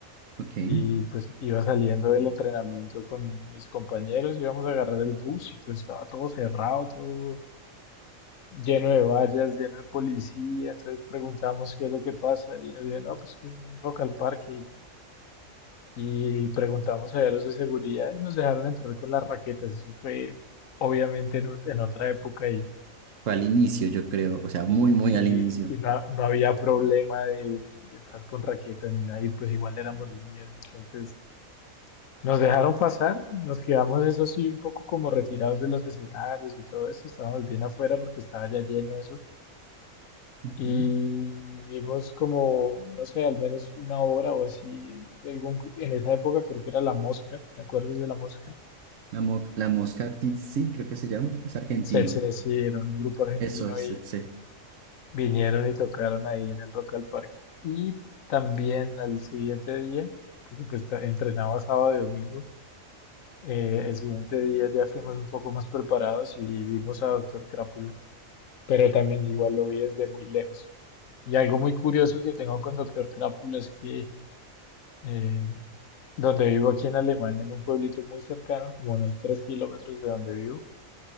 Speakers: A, on the right; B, on the left.
A: Ok.
B: y pues iba saliendo del entrenamiento con mis compañeros, íbamos a agarrar el bus y pues estaba todo cerrado, todo lleno de vallas, lleno de policía, entonces preguntamos qué es lo que pasa y nos dijeron, no, pues que es local parque y y preguntamos allá a los de seguridad y nos dejaron entrar con las raquetas, eso fue obviamente en, ot- en otra época
A: Fue al inicio, yo creo, o sea, muy,
B: Y,
A: muy
B: y-
A: al inicio.
B: y no, no había problema de, de entrar con raqueta ni nada, y pues igual éramos niños, entonces nos dejaron pasar, nos quedamos eso sí un poco como retirados de los escenarios y todo eso, estábamos bien afuera porque estaba ya lleno eso,
A: Ujú.
B: y vimos como, no sé, al menos una hora o así, de algún, gru- en esa época creo que era La Mosca, ¿te acuerdas de La Mosca?
A: La, mo- la mosca tsetse, creo que se llama, es argentino.
B: Se, se, sí, era un grupo argentino
A: Eso es tsetse.
B: Vinieron y tocaron ahí en el Rock al Parque. Y también al siguiente día, porque pues ta- entrenaba sábado y domingo, eh, el siguiente día ya fuimos un poco más preparados y vimos a Doctor Crápula, pero también igual lo vi desde muy lejos. Y algo muy curioso que tengo con Doctor Crápula es que eh, donde vivo aquí en Alemania, en un pueblito muy cercano, como unos tres kilómetros de donde vivo,